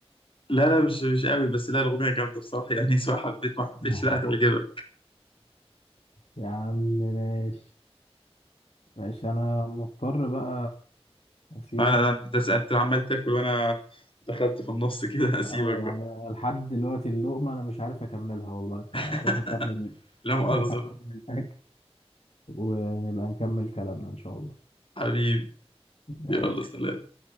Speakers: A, on the left; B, on the left.
A: لا لا مش مش قوي بس لا الأغنية جامدة بصراحة يعني <laughs> سواء حبيت ما حبيتش
B: <laughs>
A: لا هتعجبك
B: يا عم ماشي ماشي انا مضطر بقى اسيبك
A: لا لا لا ده أنت عمال تاكل وأنا دخلت في النص كده هسيبك
B: اه يعني
A: بقى
B: لحد دلوقتي اللقمة انا مش عارف اكملها والله فاروح
A: <laughs>
B: اكمل <laughs>
A: لا مؤاخذة
B: اروح اكمل
A: بقى
B: الاكل ونبقى نكمل كلامنا ان شاء الله
A: حبيبي
B: ماشي
A: يلا سلام